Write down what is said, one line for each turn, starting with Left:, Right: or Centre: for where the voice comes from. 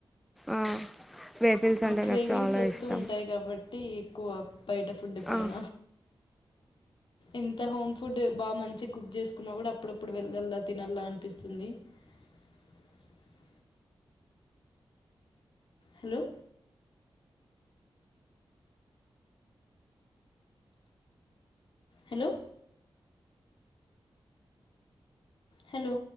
Centre: ఆ వెహికల్స్
Left: మన
Centre: అంటే
Left: క్రేవింగ్స్
Centre: నాకు చాలా
Left: వస్తూ
Centre: ఇష్టం
Left: ఉంటాయి. కాబట్టి ఎక్కువ బయట ఫుడ్ పైన
Centre: ఆ,
Left: ఎంత హోమ్ ఫుడ్ బాగా మంచి కుక్ చేసుకున్నా, కూడా అప్పుడప్పుడు వెళ్దల్లా తినలా అనిపిస్తుంది. <unintelligible> Hello hello hello